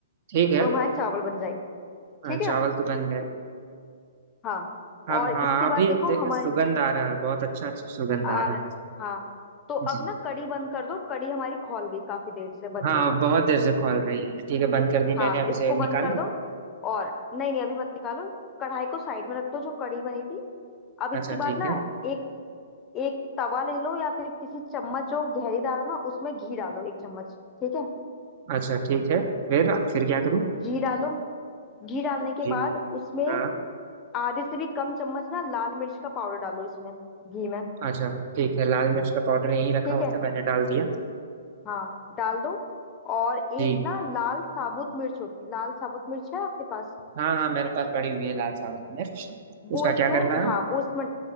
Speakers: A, on the right; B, on the left.
A: ठीक है
B: तो हमारे चावल बन जाएंगे
A: हाँ
B: ठीक
A: चावल
B: है
A: तो बन गए
B: हाँ
A: अब
B: और
A: हाँ
B: इसके बाद
A: अभी
B: देखो
A: देख-
B: हमारे
A: सुगंध आ रहा है बहुत अच्छा अच्छा सुगंध
B: आ
A: आ रहा
B: रहे हाँ तो
A: है जी
B: अब ना कढ़ी बंद कर दो कढ़ी हमारी खौल गई काफी देर से बन
A: हाँ
B: रही है
A: बहुत देर से खोल रही है ठीक है बंद कर दी
B: हाँ
A: मैंने अब
B: इसको
A: इसे
B: बंद
A: निकाल
B: कर
A: लूँ
B: दो और नहीं नहीं अभी मत निकालो कढ़ाई को साइड में रख दो जो कढ़ी बनी थी अब इसके
A: अच्छा
B: बाद
A: ठीक
B: ना
A: है
B: एक एक तवा ले लो या फिर किसी चम्मच जो गहरीदार हो ना उसमें घी डालो एक चम्मच ठीक है
A: अच्छा ठीक है फिर फिर क्या करूँ
B: घी डालो घी डालने के
A: जी
B: बाद उसमें
A: हाँ
B: आधे से भी कम चम्मच ना लाल मिर्च का पाउडर डालो इसमें घी में
A: अच्छा ठीक है लाल मिर्च का पाउडर यहीं रखा
B: ठीक
A: हुआ
B: है
A: था मैंने डाल दिया
B: हाँ डाल दो और एक
A: जी
B: ना लाल साबुत मिर्च होती लाल साबुत मिर्च है आपके पास
A: हाँ हाँ मेरे पास पड़ी हुई है लाल साबुत मिर्च
B: वो
A: उसका
B: इसमें
A: क्या करना
B: हाँ
A: है
B: वो इसमें